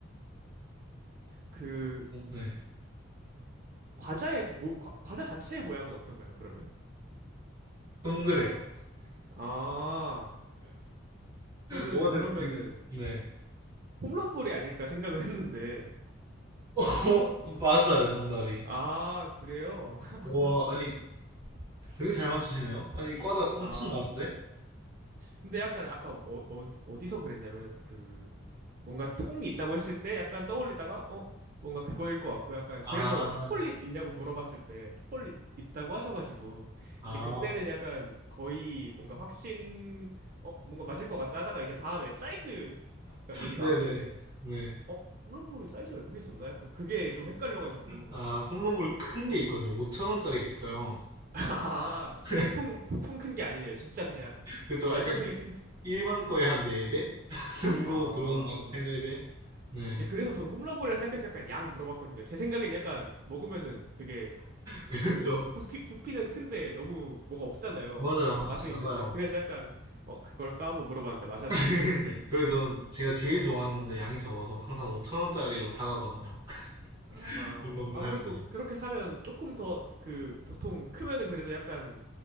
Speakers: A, on the right; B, on the right.
A: 그
B: 어, 네.
A: 과자의 그 모, 과, 과자 자체의 모양은 어떤가요, 그러면?
B: 동그래요.
A: 아, 저는
B: 요거는,
A: 그러면은
B: 드- 네.
A: 홈런볼이 아닐까 생각을 했는데.
B: 어, 맞아요, 정답이.
A: 아, 그래요? <laughs>
B: 와, 아니, 되게 잘 맞추시네요. 아니, 과자 엄청
A: 아,
B: 많은데?
A: 근데 약간 아까 어, 어, 디서 그랬냐면 그 뭔가 통이 있다고 했을 때 약간 떠올리다가 어 뭔가 그거일 것 같고 약간
B: 아,
A: 그래서 초콜릿 있냐고 물어봤을 때 초콜릿 있다고 하셔가지고
B: 아.
A: 이제 그때는 약간 거의 뭔가 확신 어 뭔가 맞을 것 같다 하다가 이제 다음에 사이즈가 얘기
B: 네네.
A: 나왔을 때
B: 네.
A: 어? 홈런볼이 사이즈가 이렇게 있었나? 약간 그게 좀 헷갈려가지고
B: 아,
A: <laughs>
B: 홈런볼 큰 게 있거든요. 5천원짜리가 있어요.
A: 아
B: <laughs>
A: 보통 보통 큰 게 아니네요 진짜 그냥
B: 그죠?
A: 말도
B: 약간,
A: 안 되게 큰
B: 일반 거의 한 4배? <laughs> 정도
A: 아
B: 들어가는 것 같아요. 3, 4배? 네.
A: 이제 그래서 전 홈런볼을 생각해서 약간 양 물어봤거든요. 제 생각엔 약간 먹으면은 되게
B: <laughs> 그렇죠.
A: 그 부피 부피는 큰데 너무 뭐가 없잖아요.
B: 맞아요.
A: <laughs>
B: 아,
A: 맛은
B: 작아요.
A: 있는데 그래서 약간 어 그걸까 하고 물어봤는데 맞았네요.
B: <laughs>
A: <laughs>
B: 그래서 제가 제일 좋아하는 건데 양이 적어서 항상 5천원짜리로 사가거든요. <laughs>
A: 아
B: 올라물
A: 아무래도
B: 살 때.
A: 그렇게 사면 조금 더 그 보통 크면은 그래도 약간